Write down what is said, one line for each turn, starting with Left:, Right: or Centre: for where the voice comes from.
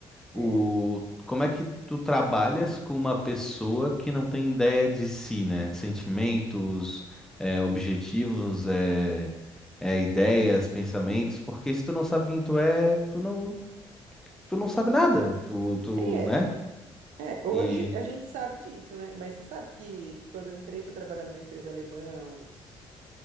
Centre: o,
Right: é,
Centre: como é que tu trabalhas com uma pessoa que não tem ideia de si, né? Sentimentos, é, objetivos, é, é, ideias, pensamentos, porque se tu não sabe quem tu é, tu não, tu não sabe nada, tu, tu,
Right: é,
Centre: né?
Right: é, hoje
Centre: E,
Right: a gente sabe disso, né? Mas você sabe que quando eu entrei para trabalhar numa empresa alemã, uns,